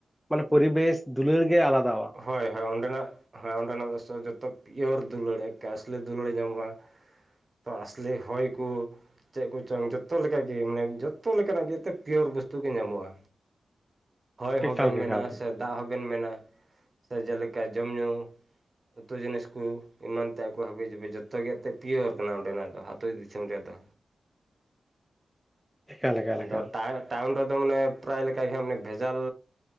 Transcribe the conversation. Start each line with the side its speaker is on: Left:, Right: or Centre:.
Centre: ᱢᱟᱱᱮ ᱯᱚᱨᱤᱵᱮᱥ ᱫᱩᱞᱟᱹᱲ ᱜᱮ ᱟᱞᱟᱫᱟᱣᱟ ᱾
Right: ᱦᱚᱭᱻᱦᱚᱭ ᱚᱸᱱᱰᱮᱱᱟᱜ ᱦᱳᱭ ᱚᱸᱱᱰᱮᱱᱟᱜ ᱫᱚ ᱡᱚᱛᱚ ᱯᱤᱭᱳᱨ ᱫᱩᱞᱟᱹᱲ ᱮᱠᱮ ᱟᱥᱞᱤ ᱫᱩᱞᱟᱹᱲ ᱧᱟᱢᱚᱜᱼᱟ᱾ ᱛᱚ ᱟᱥᱞᱤ ᱦᱚᱭ ᱠᱚ ᱪᱮᱫ ᱠᱚᱪᱚᱝ ᱡᱚᱛᱚ ᱞᱮᱠᱟᱜ ᱢᱟᱱᱮ ᱡᱚᱛᱚ ᱞᱮᱠᱟᱱᱟᱜ ᱜᱮ ᱮᱛ ᱯᱤᱭᱳᱨ ᱵᱚᱥᱛᱩ ᱜᱮ ᱧᱟᱢᱚᱜᱼᱟ᱾ ᱦᱚᱭ ᱦᱚᱸᱵᱮᱱ
Centre: ᱮᱠᱟᱞ ᱜᱮ
Right: ᱢᱮᱱᱼᱟ
Centre: ᱮᱠᱟᱞ ᱜᱮ
Right: ᱥᱮ ᱫᱟᱜ ᱦᱚᱸᱵᱮᱱ ᱢᱮᱱᱼᱟ ᱥᱮ ᱡᱮᱞᱮᱠᱟ ᱡᱚᱢ ᱧᱩᱻ ᱩᱛᱩ ᱡᱤᱱᱤᱥ ᱠᱚ ᱮᱢᱟᱱ ᱛᱮᱭᱟᱜ ᱠᱚ ᱦᱟᱹᱵᱤ ᱡᱟᱵᱤ ᱡᱚᱛᱚ ᱜᱮ ᱮᱱᱛᱮᱫ ᱯᱤᱭᱳᱨ ᱠᱟᱱᱟ ᱚᱸᱰᱮᱱᱟᱜ ᱫᱚ ᱟᱹᱛᱩ ᱫᱤᱥᱚᱢ ᱨᱮᱭᱟᱜ ᱫᱚ
Centre: ᱮᱠᱟᱞ ᱮᱠᱟᱞ ᱮᱠᱟᱞ
Right: ᱫᱚ ᱛᱟᱨ ᱴᱟᱣᱩᱱ ᱨᱮᱫᱚ ᱢᱟᱱᱮ ᱯᱨᱟᱭ ᱞᱮᱠᱟ ᱜᱮ ᱢᱟᱱᱮ ᱵᱷᱮᱡᱟᱞ